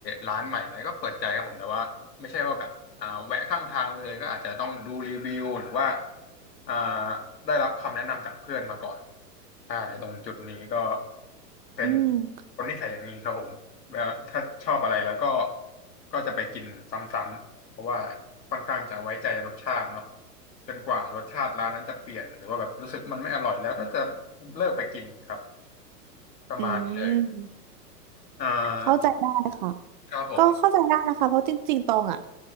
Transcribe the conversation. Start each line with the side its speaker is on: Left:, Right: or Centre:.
Left: ร้านใหม่ไหมก็เปิดใจครับผมแต่ว่าไม่ใช่ว่าแบบอ่าแวะข้างทางเลยก็อาจจะต้องดูรีวิวหรือว่าอ่าได้รับคำแนะนำจากเพื่อนมาก่อน ใช่ตรงจุดนี้ก็เป็น
Right: อืม
Left: คนนิสัยอย่างนี้ครับผมแล้วถ้าชอบอะไรแล้วก็ก็จะไปกินซ้ำๆเพราะว่าค่อนข้างจะไว้ใจในรสชาติเนาะจนกว่ารสชาติร้านนั้นจะเปลี่ยนหรือว่าแบบรู้สึกมันไม่อร่อยแล้วก็จะเลิกไปกินครับประมาณนี้เลย
Right: อืม
Left: อ่า
Right: เข้าใจได้ค่ะ
Left: ครับผม
Right: ก็เข้าใจได้นะคะเพราะจริงๆตองอ่ะ